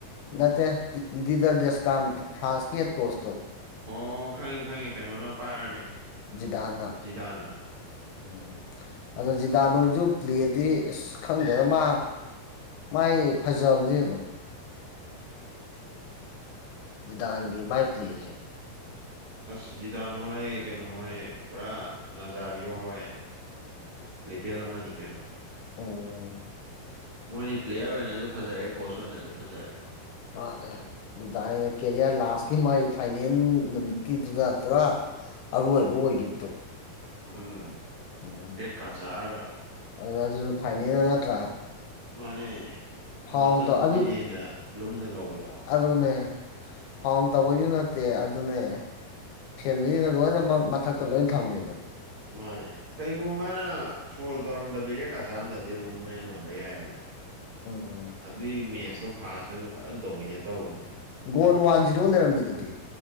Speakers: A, on the left; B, on the right.
A: ꯅꯠꯇ‌ꯦ ꯗꯤꯗꯔ ꯗꯦꯁꯀꯥꯝ ꯐ꯭ꯔꯥꯟꯀꯤꯍꯦꯠ ꯀꯣꯁꯇꯣ
B: ꯑꯣ ꯈꯪꯉꯤ ꯈꯪꯉꯤ ꯀꯩꯅꯣꯅ ꯄꯥꯏꯔꯅꯤ
A: ꯖꯤꯗꯥꯟꯅ
B: ꯖꯤꯗꯥꯟꯅ
A: ꯎꯝ ꯑꯗꯣ ꯖꯤꯗꯥꯟ ꯍꫭꯏꯁꯨ ꯄ꯭ꯂꯦꯗꯤ ꯑꯁ ꯈꯪꯗ‌ꯦꯕ ꯃꯥ ꯃꯥꯏ ꯐꯖꯕꯗꯤ ꯑꯗꯨꯝ ꯗꯥꯥꯟꯒꯤ ꯃꯥꯏꯖꯤꯦ
B: ꯑꯁ ꯖꯤꯗꯥꯥꯟ ꯍꯣꯏ ꯀꯩꯅꯣ ꯍꯣꯏ ꯄꯨꯔꯥ ꯖꯥꯔꯤꯌꯣ ꯍꯣꯏ ꯂꯦꯕꯤ ꯑ ꯂꯝꯕꯅꯤ ꯀꯥꯏꯩꯅꯣ
A: ꯑꯣ
B: ꯃꯣꯏꯗꯤ ꯄ꯭ꯂꯦꯌꯔ ꯑꯣꯏꯅꯁꯨ ꯐꯖꯔꯦ ꯀꯣꯆ ꯑꯣꯏꯅꯁꯨ ꯐꯖꯔꯦ
A: ꯃꯥꯔꯦ ꯑꯗꯨꯗꯥ ꯑꯩꯅ ꯀꯦꯔꯤꯌꯔ ꯂꯥꯁꯀꯤ ꯃꯥꯒꯤ ꯐꯥꯏꯅꯦꯜ ꯅꯨꯃꯤꯠꯀꯤꯗꯨꯗ ꯄꯨꯔꯥ ꯑꯔꯣꯏꯕ ꯑꯣꯏꯈꯤꯕꯗꯣ
B: ꯎꯝ
A: ꯎꯝ
B: ꯔꯦꯠ ꯀꯥꯔꯗ ꯆꯥꯔꯒ
A: ꯑꯗꯨ ꯑꯗꯨꯁꯨ ꯐꯥꯏꯅꯦꯜꯗ ꯅꯠꯇ꯭ꯔꯥ
B: ꯃꯥꯅꯦ
A: ꯐꯥꯎꯟ
B: ꯃꯆꯟ ꯅꯨꯨꯄꯤꯅ
A: ꯑꯗꯨ
B: ꯍꯦꯟꯅ ꯂꯨꯝꯅ ꯂꯧꯕꯗꯣ
A: ꯑꯗꯨꯅꯦ ꯐꯣꯟꯣꯟ ꯇꯧꯕꯁꯨ ꯅꯠꯇꯦ ꯑꯗꯨꯅꯦ ꯐꯦꯃꯤꯂꯤꯅ ꯂꯣꯏꯅꯃꯛ ꯃꯊꯛꯇ ꯂꯣꯏꯅ ꯐꯝꯃꯦ ꯑꯗꯣ
B: ꯃꯥꯅꯦ ꯀꯩꯒꯨꯝꯕ ꯃꯥꯅ ꯐꯣꯟ ꯇꯧꯔꯝꯗꯕꯤꯔꯦꯀꯥ ꯆꯥꯔꯝꯗꯗꯤ ꯑꯗꯨꯝ ꯃꯣꯏꯅ ꯉꯝꯕ ꯌꯥꯏꯑꯕꯀꯣ
A: ꯎꯝ
B: ꯑꯗꯨꯏ ꯃꯦꯠꯁꯇꯣ ꯐ꯭ꯔꯥꯟꯁꯅꯁꯨ ꯐꯖꯅ ꯗꯣꯃꯤꯅꯦꯠ ꯇꯧꯕꯅꯦ
A: ꯒꯣ ꯋꯥꯟ ꯖꯤꯔꯣ ꯂꯩꯔꯝꯃꯤꯗꯨꯗꯤ